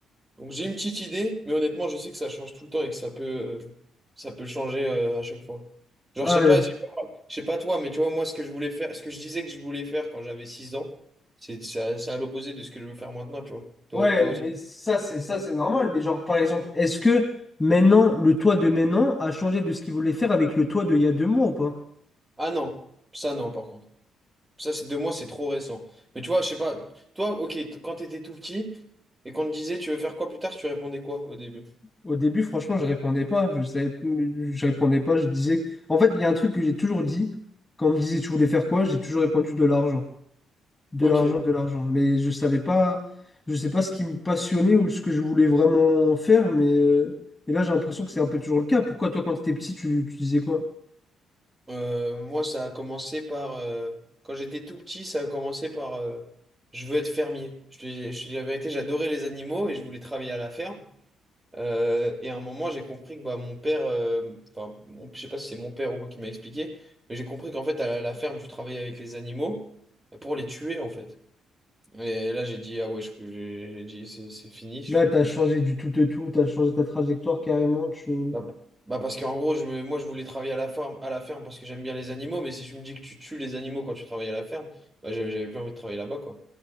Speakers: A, on the right (about 20°); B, on the left (about 20°).
A: Donc j'ai une petite idée, mais honnêtement, je sais que ça change tout le temps et que ça peut, euh, ça peut changer euh, à chaque fois. Genre,
B: Ah,
A: je sais pas, je sais pas, je sais pas toi, mais tu vois, moi, ce que je voulais faire, ce que je disais que je voulais faire quand j'avais 6 ans, c'est c'est à c'est à l'opposé de ce que je veux faire maintenant, tu vois. Toi,
B: ouais,
A: toi aussi.
B: mais ça, c'est ça, c'est normal. Mais genre, par exemple, est-ce que maintenant, le toi de maintenant a changé de ce qu'il voulait faire avec le toi de il y a deux mois ou pas?
A: Ah non, ça non, par contre. Ça, c'est deux mois, c'est trop récent. Mais tu vois, je sais pas, toi, ok, t- quand t'étais tout petit et qu'on te disait tu veux faire quoi plus tard, tu répondais quoi au début?
B: Au début, franchement, je répondais pas. Je savais, je répondais pas. Je disais. En fait, il y a un truc que j'ai toujours dit. Quand on me disait, tu voulais faire quoi? J'ai toujours répondu de l'argent. De
A: Ok.
B: l'argent, de l'argent. Mais je savais pas, je sais pas ce qui me passionnait ou ce que je voulais vraiment faire, mais euh, et là j'ai l'impression que c'est un peu toujours le cas. Pourquoi toi quand t'étais petit, tu, tu disais quoi?
A: Euh, moi, ça a commencé par... euh, quand j'étais tout petit, ça a commencé par... euh, je veux être fermier. Je te, dis je te dis la vérité, j'adorais les animaux et je voulais travailler à la ferme. Euh, et à un moment, j'ai compris que bah, mon père... euh, Enfin, mon- je sais pas si c'est mon père ou quoi qui m'a expliqué, mais j'ai compris qu'en fait, à la, la ferme, tu travaillais avec les animaux euh, pour les tuer, en fait. Et là, j'ai dit, ah ouais, je- j'ai j'ai dit, c'est c'est fini, je
B: Là,
A: fais
B: t'as
A: plus
B: changé du tout de tout, t'as changé ta trajectoire carrément. Tu...
A: Bah, bah parce qu'en gros, je me- moi, je voulais travailler à la ferme, à la ferme parce que j'aime bien les animaux, mais si tu me dis que tu tues les animaux quand tu travailles à la ferme, bah, j'avais j'avais plus envie de travailler là-bas, quoi.